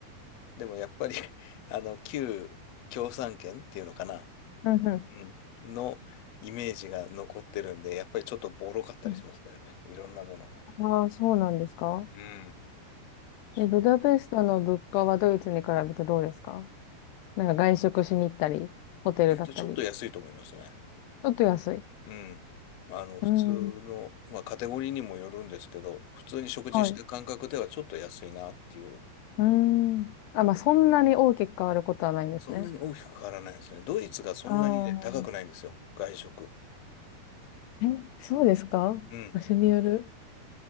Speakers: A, on the left; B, on the left.
A: でもやっぱり <laughs> あの、旧共産圏っていうのかな。
B: う
A: うん。のイメージが残ってるんで、やっぱりちょっとボロかったりしますけどね。
B: ん。
A: いろんなものが。
B: ああ、そうなんですか
A: うん。そう。
B: え、ブダペストの物価はドイツに比べてどうですかなんか外食しに行ったり、ホテルだったり。
A: えっと、ちょっと安いと思いますね。
B: ちょっと安い。
A: うん。あの、普通の、
B: うん。
A: まあ、カテゴリーにもよるんですけど、普通に食事した感覚ではちょっと安いなっていう。
B: はい。うーん。あ、まあ、そんなに大きく変わることはないんですね。
A: そんなに大きく変わらないですね。ドイツがそんなにね、
B: ああ。
A: 高くないんですよ。外食。
B: え、そうですか場所による。
A: うん。